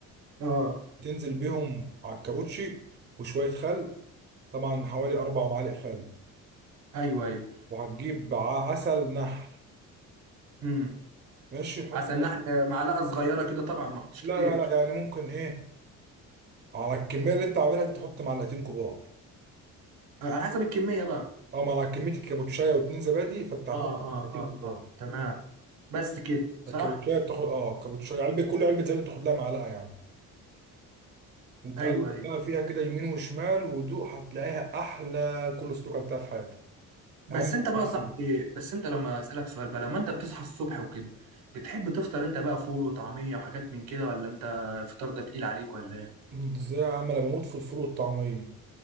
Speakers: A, on the right; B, on the right.
A: اه
B: تنزل بيهم على الكابوتشي وشوية خل طبعا حوالي أربع معالق خل
A: ايوه ايوه
B: وهتجيب ع- عسل نحل
A: امم
B: ماشي تحط
A: عسل
B: على-
A: نحل معلقة صغيرة كده طبعا ما احطش
B: لا
A: كتير
B: لا لا يعني ممكن ايه على الكمية اللي انت عاملها دي تحط معلقتين كبار
A: آه، على حسب الكمية بقى
B: او على كمية الكابوتشاية واتنين زبادي فانت هتحط
A: اه اه
B: معلقتين
A: اه
B: كبار
A: اه تمام بس كده صح
B: الكابوتشايه بتاخد اه الكابوتشايه علبه كل علبه زبادي بتاخد لها معلقه يعني وتقلب
A: ايوه ايوه
B: بقى فيها كده يمين وشمال ودوق هتلاقيها احلى كول سلو اكلتها في حياتك
A: بس
B: اهم
A: انت
B: حاجة
A: بقى صح بس انت لما اسالك سؤال بقى لما انت بتصحى الصبح وكده بتحب تفطر انت بقى فول وطعميه وحاجات من كده ولا انت الفطار ده تقيل عليك ولا ايه
B: ازاي يا عم انا بموت في الفول والطعميه